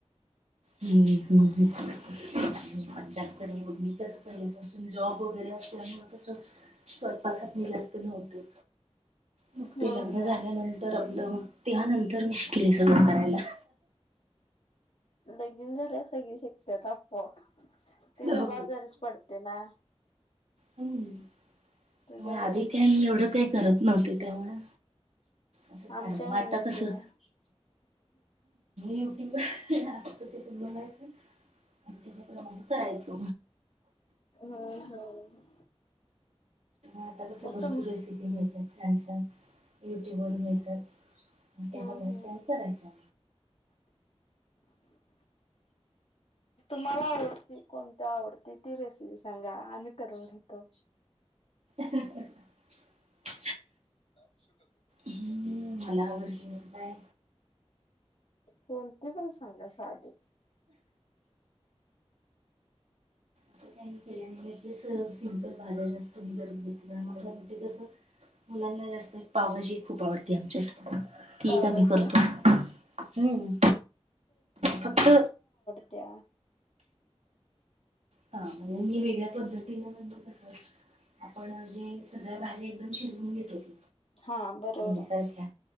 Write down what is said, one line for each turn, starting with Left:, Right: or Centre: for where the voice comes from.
Right: हम्म हम्म हम्म मी पण जास्त मी कस पहिल्यापासून जॉब वगैरे असल्यामुळे कसं स्वतपाकात नेल असते नव्हते. मग
Left: हम्म
Right: ते लग्न झाल्यानंतर
Left: हम्म
Right: आपलं. तेव्हा नंतर मी शिकले सगळं करायला.
Left: लगीन झाल्या सगळे शिकतात आपोआ ति ज
Right: हो
Left: बाजारीच पडते ना.
Right: हम्.
Left: तुझ्यामध्ये
Right: त्यामुळे आधी काय मी एवढं काय करत. नव्हती त्यामुळे अस
Left: आमच्या
Right: ख
Left: वाणीच
Right: माट कस
Left: की हम्म
Right: म यट्यूबत बयच आणि त्याच्याप्रमाणे करायचं.
Left: हम्म
Right: आता कस
Left: मग
Right: भरपूर
Left: तुम
Right: रेसिपी मिळतात छान <unintelligible> युट्यूब वरून मिळतात त्या
Left: हम्म
Right: बघायच्या
Left: हम्म
Right: आणि करायच्या
Left: तुम्हाला आवडती कोणत्या आवडती ती रेसिपी सांगा आम्ही करून घेतो.
Right: ह.
Left: <unintelligible>
Right: हम् मला ह वर काय?
Left: कोती पण हांग साध.
Right: के स सिमपल भाज्या जास्त मी करत. स मुलांना जास्त पाभजी खूप आवडते आमच्यात ती
Left: पावभाजी
Right: एक आम्ही करतो हम् फक्त
Left: त्या
Right: हा म्हणजे मी वेगळ्या पद्धतीने म्हणतो कस आपण जे सगळ्या भाजी एकदम शिजवून घेत होती.
Left: हा बरोबर आहे
Right: सारख्या